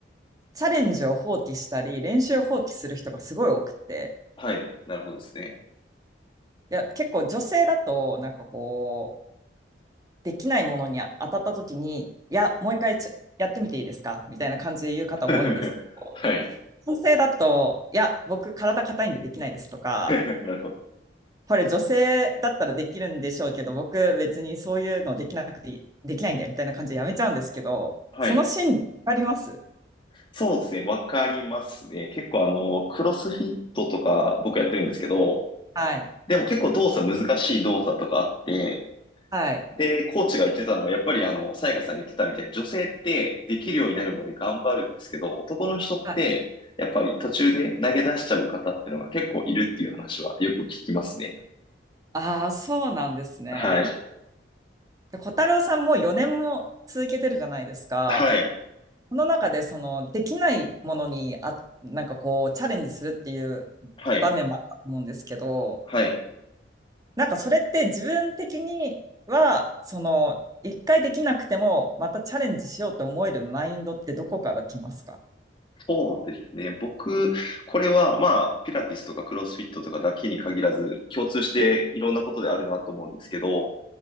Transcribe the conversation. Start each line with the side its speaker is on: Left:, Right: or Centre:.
Right: チャレンジを放棄したり、練習を放棄する人がすごい多くて、
Left: はい。なるほどですね。
Right: いや、結構女性だと、なんかこう、できないものに当たった時に、いや、もう一回ちやってみていいですかみたいな感じで言う方多いんです。
Left: <laughs> はい。
Right: 女性だと、いや、僕体硬いんでできないですとか、
Left: <laughs> なるほど。
Right: これ女性だったらできるんでしょうけど、僕別にそういうのできなくていできないんだよみたいな感じでやめちゃうんですけど、
Left: はい。
Right: その心理わかります
Left: そうですね。わかりますね。結構あの、クロスフィットとか僕やってるんですけど、
Right: はい。
Left: でも結構動作難しい動作とかあって、
Right: はい。
Left: で、コーチが言ってたのは、やっぱりあの、さやかさん言ってたみたいに、女性ってできるようになるまで頑張るんですけど、男の人って、
Right: はい。
Left: やっぱり途中で投げ出しちゃう方っていうのが結構いるっていう話はよく聞きますね。
Right: ああ、そうなんですね。
Left: はい。
Right: で小太郎さんも4年も続けてるじゃないですか。
Left: はい。
Right: この中でそのできないものにあ、なんかこうチャレンジするっていう
Left: はい。
Right: 場面もあったと思うんですけど、
Left: はい。
Right: なんかそれって自分的には、その、一回できなくても、またチャレンジしようと思えるマインドってどこから来ますか
Left: そうですね。僕、これは、まあ、ピラティスとかクロスフィットとかだけに限らず、共通していろんなことであるなと思うんですけど、